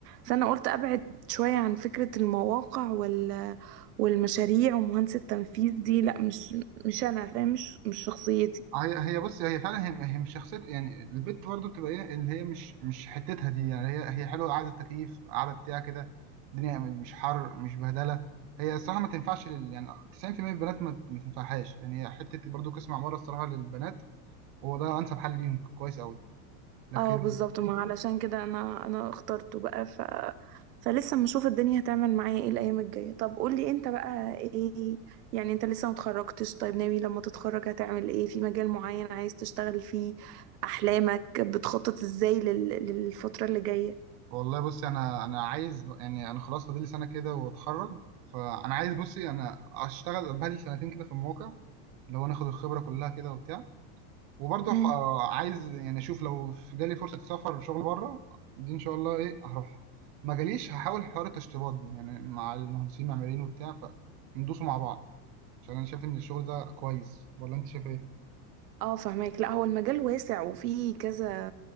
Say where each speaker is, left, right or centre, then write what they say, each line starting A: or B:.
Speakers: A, on the right; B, on the right.
A: فأنا قلت أبعد شوية عن فكرة المواقع وال والمشاريع ومهندس التنفيذ دي لا مش مش أنا فاهم مش مش شخصيتي
B: هي هي بص هي فعلا هي, هي مش شخصيه يعني البت برضو بتبقى ايه اللي هي مش مش حتتها دي يعني هي هي حلوه قاعده تكييف قاعده بتاع كده الدنيا مش حر مش بهدله هي الصراحه ما تنفعش لل... يعني 90% من البنات ما, ما تنفعهاش يعني هي حته برضو قسم عماره الصراحه للبنات هو ده انسب حل ليهم كويس قوي لكن
A: اه بالظبط ما علشان كده انا انا اخترته بقى ف فلسه بنشوف الدنيا هتعمل معايا ايه الايام الجايه طب قولي انت بقى ايه يعني انت لسه متخرجتش طيب ناوي لما تتخرج هتعمل ايه في مجال معين عايز تشتغل فيه احلامك بتخطط ازاي لل... للفتره اللي جايه
B: والله بصي انا انا عايز يعني انا خلاص فاضل لي سنه كده واتخرج فانا عايز بصي انا اشتغل بهدل سنتين كده في المواقع لو ناخد الخبرة كلها كده وبتاع وبرضه
A: امم
B: ح- آه، عايز يعني اشوف لو في جالي فرصة سفر وشغل بره دي ان شاء الله ايه هروح ما جاليش هحاول حوار التشطيبات دي يعني مع المهندسين المعماريين وبتاع فندوسوا مع بعض عشان انا شايف ان الشغل ده كويس ولا انت شايف ايه؟
A: اه فهماك لا هو المجال واسع وفيه كذا